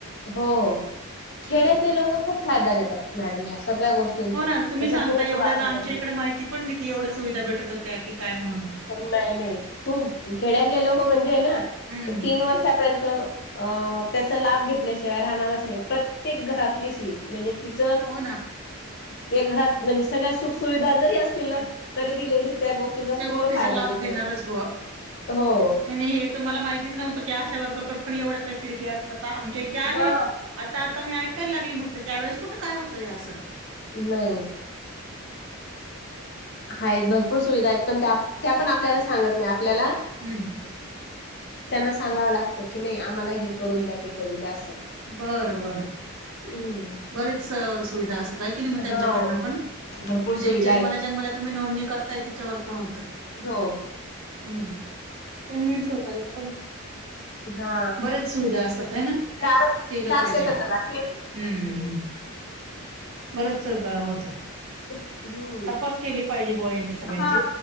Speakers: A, on the left; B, on the right.
A: हो हो, खेड्यातले
B: हम्म.
A: लोकं खूप फायदा घेतात. मॅडम या सगळ्या गोष्टी
B: हो ना तुम्ही
A: <unintelligible>
B: सांगता
A: पुरेपूर
B: एवढ्या
A: वापर
B: तर आमच्या
A: करतो.
B: इकडे माहिती पण नाही की एवढ्या सुविधा भेटत होत्या की काय म्हणून.
A: नाही नाही खूप खेड्यातले लोक म्हणजेय ना
B: हम्म.
A: तीन वर्षापर्यंत अं त्याचा लाभ घेतल्याशिवाय राहणारच नाही. प्रत्येक घरातली स्त्री म्हणजे, तिचं
B: हो ना.
A: ते घरात म्हणजे सगळ्या सुख सुुविधा जरी असतील ना. तरी ती लेडीज त्या गोष्टी चा
B: त्या
A: पूर्ण
B: गोष्टीचा
A: फायदा
B: लाभ
A: घेते.
B: घेणारच बुवा
A: हो.
B: नाही नाही हे तुम्हाला माहितीच नव्हतं. की अशा वर्करकड पण एवढ्या फॅसिलिटी असतात. आता आमच्या इथे आहेत.
A: हा
B: आता आता मी ऐकायला लागली, म्हटलं त्यावेळेस कुठं काय होतं हे असं.
A: नाही. हायेत. भरपूर सुविधायेत. पण त्या, त्या पण आपल्याला सागत नाही आपल्याला.
B: हम्म.
A: त्यांना सांगावं लागत की, नाही आम्हाला हे करून द्या. ते करून द्या. असं.
B: बर बर
A: हम्म
B: बरीच सुविधा असतात. का नाही म त्यांच्याकडन
A: हो
B: पण.
A: भरपूर
B: म्हणजे
A: सुविधा
B: जन्मल्या
A: आहेत
B: जन्मल्या तुम्ही नोंदणी करताय, तिच्यावर पण होत.
A: हो
B: हम्म, कन्वन्स होता आणि
A: हा
B: बर्याच सुविधा असतात. हय ना.
A: चार
B: केलं
A: चार
B: पाहिजे,
A: सेकंद बाकी आहेत
B: हम्मम् बरंच सहकार होतं.
A: हम्म
B: तपास केले पाहिजे बुवा यांचे सगळ्यांचे.
A: हा.